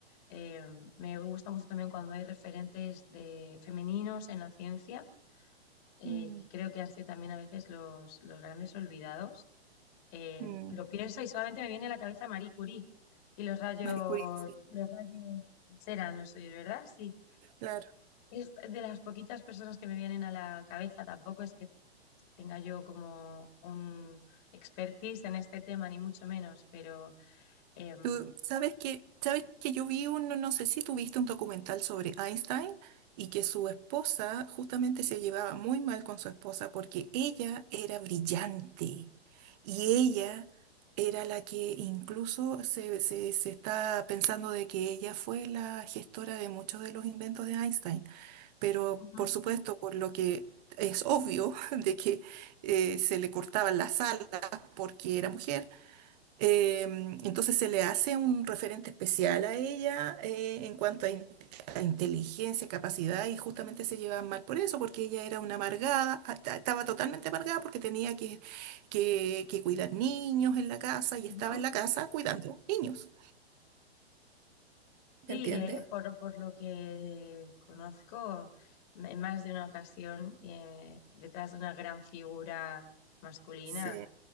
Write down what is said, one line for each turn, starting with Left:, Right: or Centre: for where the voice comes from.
Left: eh, me gusta mucho también cuando hay referentes de femeninos en la ciencia eh,
Right: Mm.
Left: que creo que han sido también a veces los, los grandes olvidados. Eh,
Right: Mm,
Left: lo pienso y solamente me viene a la cabeza Marie Curie y los rayos,
Right: Marie Curie, sí,
Left: los rayos serán los suyos, ¿verdad? Sí,
Right: claro.
Left: es de las poquitas personas que me vienen a la cabeza, tampoco es que tenga yo como un expertise en este tema, ni mucho menos, pero... em,
Right: Tú sabes que, sabes que yo vi un, no no sé si tuviste un documental sobre Einstein y que su esposa justamente se llevaba muy mal con su esposa porque ella era brillante y ella era la que incluso se, se, se está pensando de que ella fue la gestora de muchos de los inventos de Einstein, pero
Left: Ujú,
Right: por supuesto por lo que es obvio <laughs> de que eh, se le cortaban las alas porque era mujer eh, entonces se le hace un referente especial a ella eh, en cuanto a, in- a inteligencia, capacidad y justamente se llevaban mal por eso, porque ella era una amargada, a- estaba totalmente amargada porque tenía que, que, que cuidar niños en la casa y
Left: ujú.
Right: estaba en la casa cuidando niños. ¿Me
Left: Sí,
Right: entiendes?
Left: que por, por lo que conozco, m- en más de una ocasión, eh, detrás de una gran figura masculina
Right: Sí,